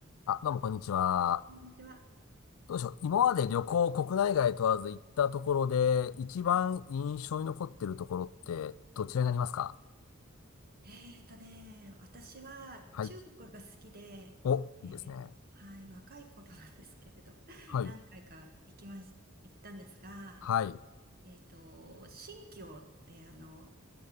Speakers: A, on the left; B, on the right.
A: あ、どうもこんにちは。
B: こんにちは。
A: どうでしょう。今まで旅行、国内外問わず行ったところで、一番印象に残ってるところって、
B: はい。
A: どちらになりますか
B: えーとね、私は中国が好きで、
A: はい。お、いいですね。
B: えーはい、若い頃なんですけれど、<laughs>
A: はい。
B: 何回か行きまし、行ったんですが、
A: はい。
B: えーと、新疆ってあの、